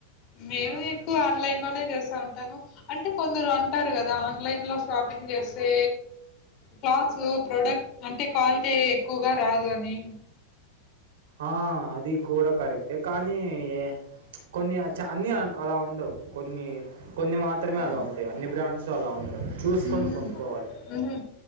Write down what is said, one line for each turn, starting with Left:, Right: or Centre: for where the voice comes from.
Left: మేమూ ఎక్కువ ఆన్లైన్ లోనే చేస్తా ఉంటాను అంటే కొందురు అంటారు కదా ఆన్లైన్ లో షాపింగ్ చేస్తే క్లాత్స్ ప్రొడక్ అంటే క్వాలిటీ ఎక్కువగా రాదు అని
Right: ఆ అది కూడా కరెక్టే కానీ ఏ చ్ కొన్ని చా అన్ని అలా ఉండవు కొన్ని కొన్ని మా మాత్రమే
Left: ఆ
Right: అలా ఉంటాయి అన్ని బ్రాండ్స్ అలా ఉండవు చూసుకొని
Left: ఉహు
Right: కొనుక్కోవాలి
Left: ఉహు